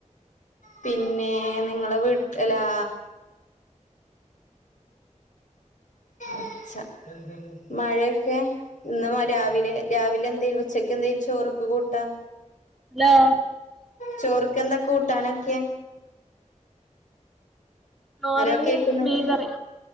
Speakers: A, on the left; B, in the centre.
A: പിന്നെ നിങ്ങളെ വീട്ട് അല്ലാ ഒച്ച മഴക്കെ ഇന്ന് രാവിലെ രാവിലെ എന്തേലും ഉച്ചക്ക് എന്തേലും ചോറ്ക്ക് കൂട്ടാ
B: ല്ലാ
A: ചോർക്കെന്താ കൂട്ടാനൊക്കെ?
B: ചോറിന്
A: ഹലോ കേക്കുന്നില്ലേ
B: മീൻകറി